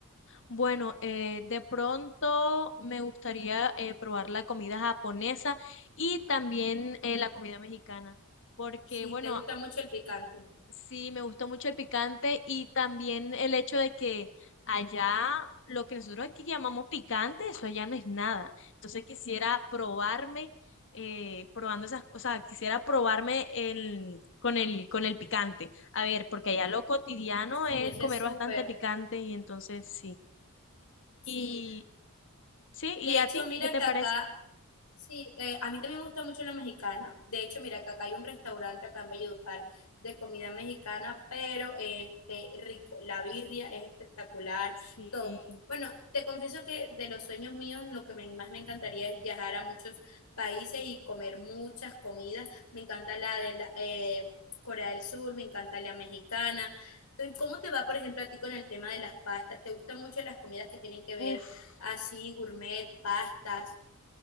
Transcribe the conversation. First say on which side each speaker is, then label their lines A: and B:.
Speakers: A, on the left; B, on the left.
A: Bueno, eh, de pronto me gustaría eh, probar la comida japonesa y también eh, la comida mexicana. Porque,
B: Sí,
A: bueno,
B: ¿te gusta mucho el picante?
A: Sí, me gustó mucho el picante y también el hecho de que allá lo que nosotros aquí llamamos picante, eso allá no es nada. Entonces quisiera probarme, eh, probando esas cosas, quisiera probarme el, con el, con el picante. A ver, porque allá lo cotidiano
B: Sí,
A: es
B: ese
A: comer
B: es súper.
A: bastante picante y entonces sí.
B: Sí,
A: Y sí,
B: de
A: ¿y
B: hecho,
A: a ti
B: mira
A: qué te
B: que
A: parece?
B: acá Sí, eh, a mí también me gusta mucho la mexicana. De hecho, mira, que acá hay un restaurante acá en Valledupar de comida mexicana, pero eh, este rico. La birria es espectacular,
A: Sí,
B: todo. Bueno, te confieso que de los sueños míos, lo que me- más me encantaría es viajar a muchos países y comer muchas comidas. Me encanta la de la, eh, Corea del Sur, me encanta la mexicana. Entonces, ¿Cómo te va, por ejemplo, a ti con el tema de las pastas? ¿Te gustan mucho las comidas que tienen que ver
A: uff.
B: así, gourmet, pastas?